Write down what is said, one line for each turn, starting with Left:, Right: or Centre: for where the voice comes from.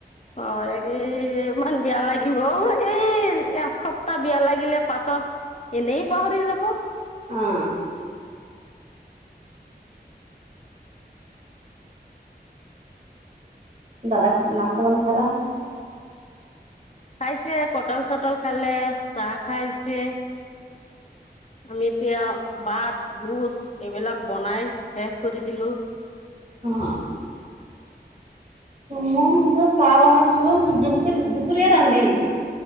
Left: অ এই ইমান বেয়া লাগ অ এই এসপ্তাহ বেয়া লাগিলে পাছত এনেই পাহৰি যাব।
Right: অ। দাদাক নাচতা পানী খালা।
Left: খাইছে পটল চটল খালে, চাহ খাই আহিছে। আমি এতিয়া ভাত গোছ এইবিলাক বনাই শেষ কৰি দিলো।
Right: অ। মই যেনিবা চাহ বনাইছো, দু দুপুুৰীয়া ৰান্ধিম।